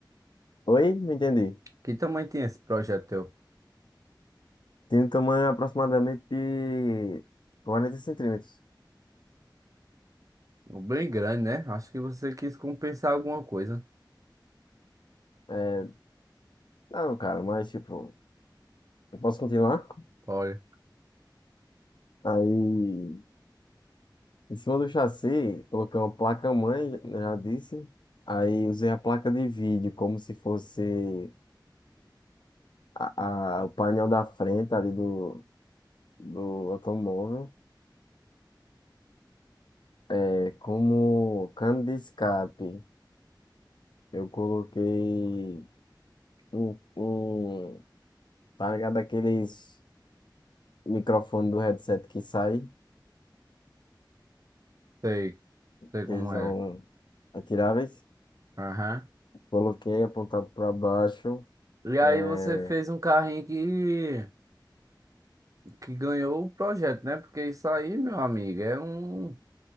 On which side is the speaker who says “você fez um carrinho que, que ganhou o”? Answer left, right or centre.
Right